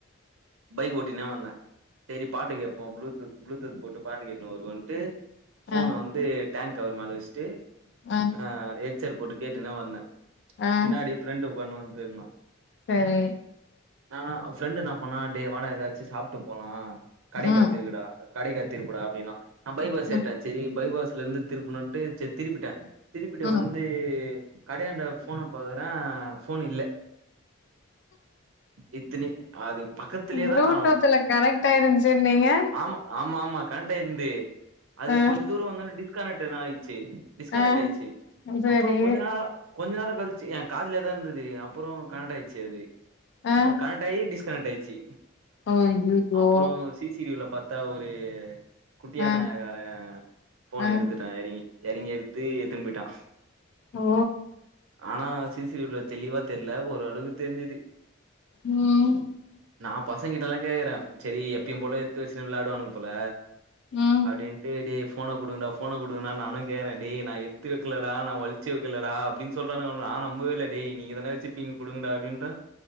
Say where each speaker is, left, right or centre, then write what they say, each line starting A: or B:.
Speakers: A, on the right; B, on the left.
A: பைக் ஓட்டினே வந்தே சேரி பாட்டு கேப்போ ப்ளூ டூத் ப்ளூடூத் போட்டு பாட்டு கேட்னு வருவோன்ட்டு ஃபோன
B: ஆ
A: வந்து டேங்க் கவர் மேலே வச்ட்டு
B: ஆ
A: ஆ எச்செட் போட்டு கேட்டுனே வந்தே
B: ஆ
A: பின்னாடி ஃப்ரெண்டு உக்காந்துனு வந்துருந்தா
B: செரி
A: என்னானா ஃப்ரெண்டு என்னா பண்ணா டே வாடா எதாச்சு சாப்ட்டு போலா கடைக்காத்திருகுடா
B: ம்
A: கடைக்கா திருப்புடா அப்டின்னா நா பைபாஸ்
B: ம்
A: ஏர்ட்டே செரி பைபாஸ்லருந்து திருப்புணுட்டு சேர் திருப்பிட்டே திருப்பிட்டு
B: ம்
A: வந்து கடயாண்ட ஃபோன பாக்றே ஃபோன் இல்ல இத்தினி அது பக்கத்துலயே
B: ப்ளூடூத்ல
A: தா காணோ
B: கனெக்ட் ஆயிருந்துச்சுன்னீங்க
A: ஆமா ஆமா ஆமா கனெக்டாயிருந்து அது
B: ஆ
A: கொஞ்சோ தூரோ வந்தோன டிஸ்கனெக்ட்ன்னு ஆயிடுச்சு டிஸ்கனெக்ட்
B: ஆ
A: ஆயி
B: சேரி
A: அப்றோ கொஞ்ச நேரோ கொஞ்ச நேரோ கழிச்சு ஏ காதுலயேதா இருந்தது அப்றோ கனெக்டாயிருச்சு அது
B: ஆ
A: நா கனெக்ட் ஆயி டிஸ்கனெக்ட் ஆயிச்சு
B: ஓ அய்யயோ
A: அப்புறம் சிசிடிவில பாத்தா ஒரு குட்டியானகாரே
B: ஆ
A: ஃபோன்ன
B: ஆ
A: எடுத்து ட்டா எறங்கி எறங்கி எடுத்து எத்துனுபோயிட்டா
B: ஓ
A: ஆனா சிசிவில தெளிவா தெர்ல ஓரளவுக் தெர்ஞ்சுது
B: ம்
A: நா பசங்கிட்டல்லா கேக்குறே செரி எப்பயு போல எத்துவச்சுன்னு வெளாடுவானுங்க போல
B: ம்
A: அப்டின்ட்டு டே ஃபோன குடுங்டா ஃபோன குடுங்டானு நானு கேக்றே டேய் நா எடுத் த்து வைக்லடா நா ஒளிச்சு வைக்கலடா அப்டின் சொல்றானுங்க அவனுங்க நா நம்பவே இல்ல டே நீங்க தான்டா வச்சிருப்பீங் குடுங்கடா அப்டின்றே